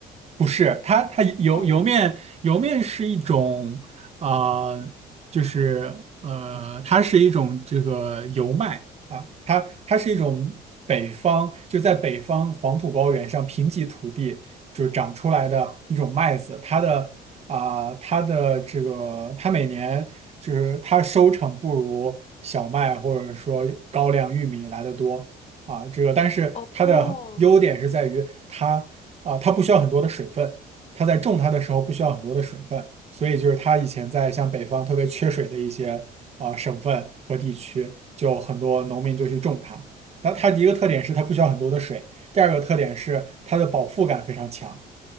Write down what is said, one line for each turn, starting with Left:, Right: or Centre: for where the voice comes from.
Right: 不是，它它油油面油面是一种啊、
Left: 哦
Right: 呃就是呃，它是一种这个油麦啊，它它是一种北方就在北方黄土高原上贫瘠土地就长出来的一种麦子，它的啊、它的这个它每年就是它收成不如小麦或者说高粱、玉米来的多。啊，这个，但是它的优点是在于它啊，
Left: 哦哦
Right: 它不需要很多的水分，它在种它的时候不需要很多的水分，所以就是它以前在像北方特别缺水的一些啊省份和地区，就很多农民就去种它。那它的一个特点是它不需要很多的水，第二个特点是它的饱腹感非常强